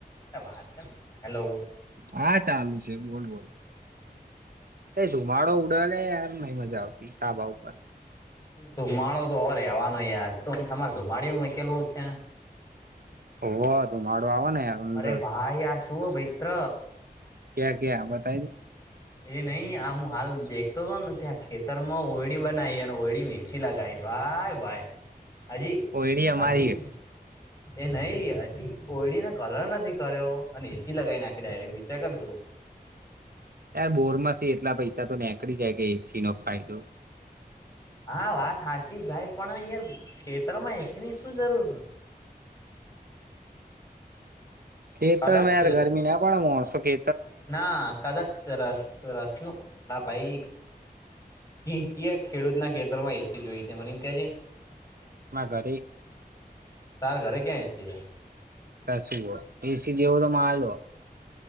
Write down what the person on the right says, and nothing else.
હા ચાલુ છે, બોલ બોલ એ ધુમાડો ઉડેને નહી મજા આવતી ધાબા ઉપર
હોવ ધુમાડો આવે ને અંદર
ક્યાં ક્યા બતાય
ઓયડી અમારી
હે.
યે બોર માંથી એટલા પૈસા તો નીકળી જાય કે એસી નો ફાયદો
ખેતરમે
યાર ગરમી ના પણ મોણશો કે
મા ઘરે
પાસું હો એસી એવું તો જેવો તો માલ હો